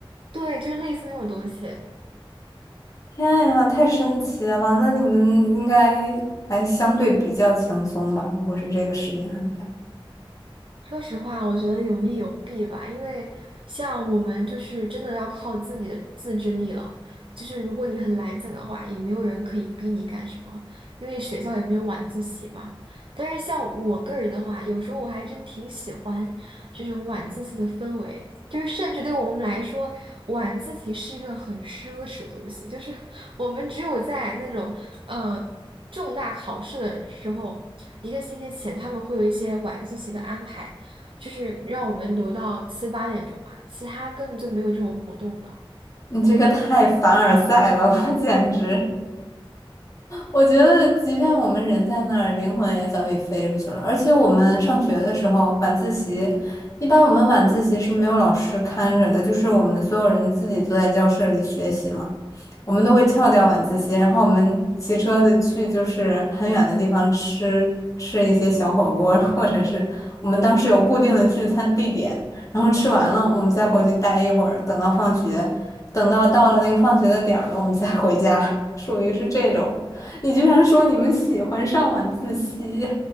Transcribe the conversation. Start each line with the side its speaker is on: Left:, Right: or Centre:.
Right: 对，就是类似那种东西。
Left: 天呀，太神奇了！那你们应该还相对比较轻松吧？如果是这个时间安排，
Right: 说实话，我觉得有利有弊吧，因为像我们就是真的要靠自己的自制力了。就是如果你很懒散的话，也没有人可以逼你干什么，因为学校也没有晚自习嘛。但是像我个人的话，有时候我还真挺喜欢这种晚自习的氛围，就是甚至对我们来说，晚自习是一个很奢侈的东西，就是 <laughs> 我们只有在那种呃重大考试的时候。一个星期前他们会有一些晚自习的安排。就是让我们留到七八点钟吧，其他根本就没有这种活动的。
Left: 你这个太凡尔赛了，我简直。我觉得，即便我们人在那儿，灵魂也早已飞出去了。而且我们上学的时候，晚自习，一般我们晚自习是没有老师看着的，就是我们所有人自己坐在教室里学习嘛。我们都会翘掉晚自习，然后我们骑车子去就是很远的地方吃吃一些小火锅，或者是我们当时有固定的聚餐地点，然后吃完了我们再回去待一会儿，等到放学，等到到了那个放学的点儿了，我们再回家，<laughs> 属于是这种。你居然说你们喜欢上晚自习，